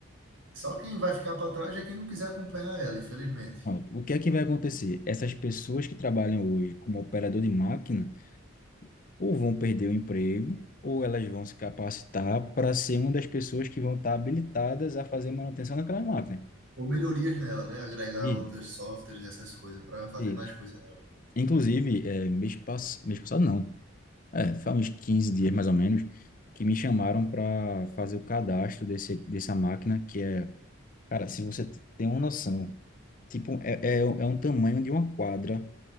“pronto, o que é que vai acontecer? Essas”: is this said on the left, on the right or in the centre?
Left